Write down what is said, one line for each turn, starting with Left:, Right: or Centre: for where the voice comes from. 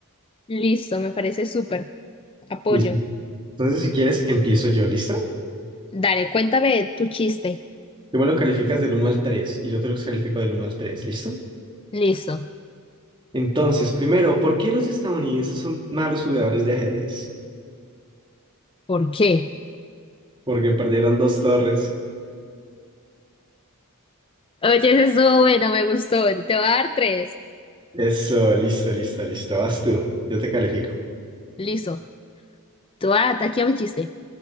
Left: Listo, me parece súper. Apoyo.
Right: Listo. Entonces si quieres, empiezo yo, ¿listo?
Left: Dale, cuéntame tu chiste.
Right: Tú me lo calificas del uno al tres y yo te lo califico del uno al 3, ¿listo?
Left: Listo.
Right: Entonces, primero, ¿por qué los estadounidenses son malos jugadores de ajedrez?
Left: ¿Por qué?
Right: Porque perdieron dos torres.
Left: Oye, ese estuvo bueno, me gustó. Te voy a dar tres.
Right: Eso, listo, listo, listo. Vas tú, yo te califico.
Left: Listo. Te voy a dar aquí a mi chiste.